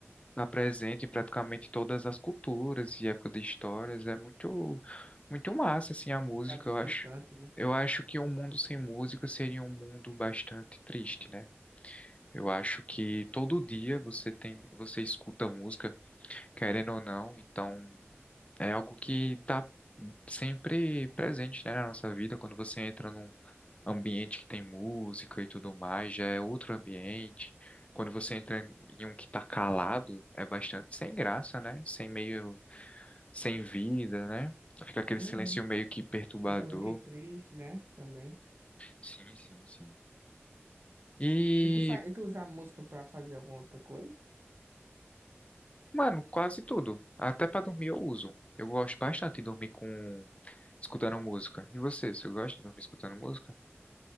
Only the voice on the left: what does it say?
está presente em praticamente todas as culturas e época de histórias. É muito, muito massa, assim, a música,
eu acho.
Eu acho que um mundo sem música seria um mundo bastante triste, né? Eu acho que todo dia você tem, você escuta música, querendo ou não, então É algo que está sempre presente, né, na nossa vida. Quando você entra num ambiente que tem música e tudo mais, já é outro ambiente. Quando você entra em um que está calado, é bastante sem graça, né? Sem meio, sem vida, né? Fica aquele
silêncio meio que perturbador.
Sim, sim, sim. E,
mano, quase tudo. Até para dormir eu uso. Eu gosto bastante de dormir com escutando música. E você, você gosta de dormir escutando música?